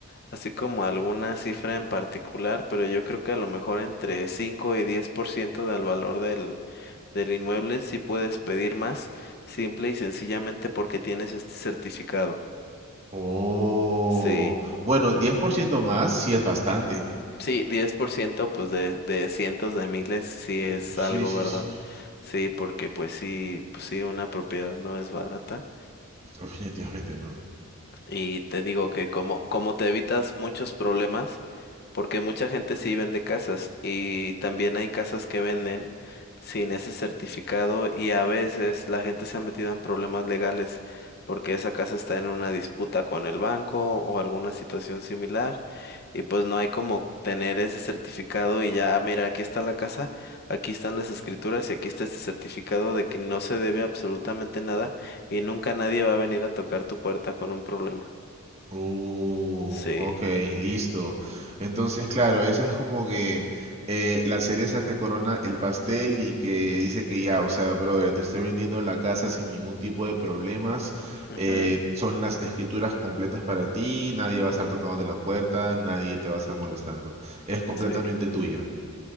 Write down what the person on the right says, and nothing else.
Oh,
bueno, 10% más sí es bastante.
Sí,
sí,
sí.
Definitivamente no.
Uh,
ok, listo. Entonces, claro, esa es como que eh, la cereza que corona el pastel y que dice que ya, o sea, brother, te estoy vendiendo la casa sin ningún tipo de problemas.
eh, son las escrituras completas para ti, nadie va a estar tocándote la puerta, nadie te va a estar molestando. Es completamente
tuya.